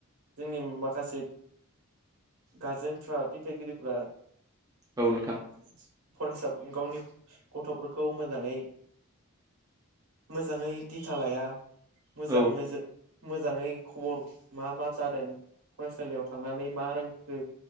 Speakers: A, on the right; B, on the right.
A: जोंनि माखासे गारजेनफ्रा दिथागिरिफ्रा
B: औ नोंथां
A: <inaudible> फरायसा गावनि गथ'फोरखौ मोजाङै मोजाङै दिथा लाया मोजां
B: औ
A: नोजोर मोजाङै खबर मा मा जादों फरायसालियाव थांनानै मा रोंखो